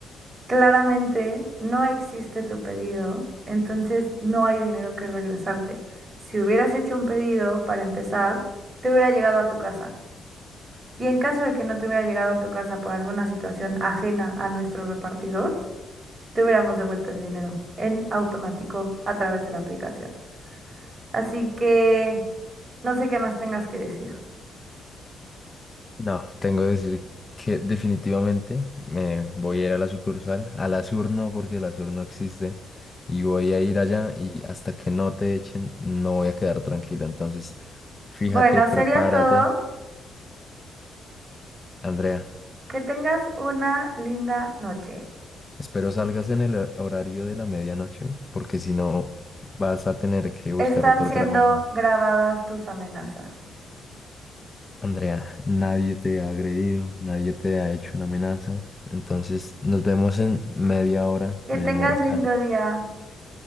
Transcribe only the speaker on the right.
Claramente no existe tu pedido, entonces no hay dinero que regresarte. Si hubieras hecho un pedido para empezar, te hubiera llegado a tu casa. Y en caso de que no te hubiera llegado a tu casa por alguna situación ajena a nuestro repartidor, te hubiéramos devuelto el dinero en automático a través de la aplicación. Así que no sé qué más tengas que decir.
Bueno,
sería todo.
Que tengas una linda noche.
Están
siendo
grabadas tus amenazas.
Que
tengas
lindo día.